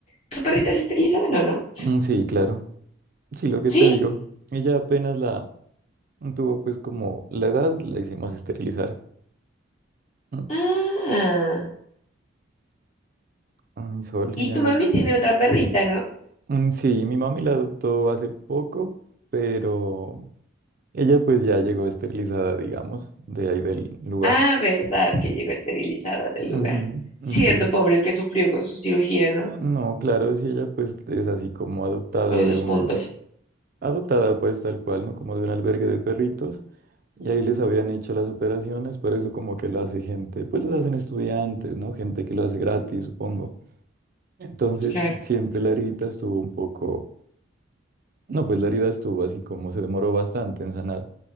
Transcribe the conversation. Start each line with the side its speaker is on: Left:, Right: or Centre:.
Left: tu perrita es esterilizada? No, no.
Right: Mm, Sí, claro. Sí, lo que
Left: ¿Sí?
Right: te digo. Ella apenas la tuvo pues como la edad, la hicimos esterilizar. Mm,
Left: Ah,
Right: A mi sol,
Left: y
Right: ella
Left: tu
Right: no...
Left: mami tiene otra perrita, ¿no?
Right: Mm, Sí, mi mami la adoptó hace poco, pero ella pues ya llegó esterilizada, digamos, de ahí del lugar.
Left: Ah, verdad, que llegó esterilizada del lugar.
Right: Ujú, mm,
Left: Cierto,
Right: Sí.
Left: pobre que sufrió con su cirugía, ¿no?
Right: Ah, No, claro, si ella pues es así como adoptada
Left: Con esos
Right: de un...
Left: puntos.
Right: Adoptada pues tal cual, ¿no? Como de un albergue de perritos. Y ahí les habían hecho las operaciones, pero eso como que lo hace gente, pues los hacen estudiantes, ¿no? Gente que lo hace gratis, supongo. Entonces,
Left: Claro.
Right: siempre la herida estuvo un poco, no, pues la herida estuvo así como se demoró bastante en sanar.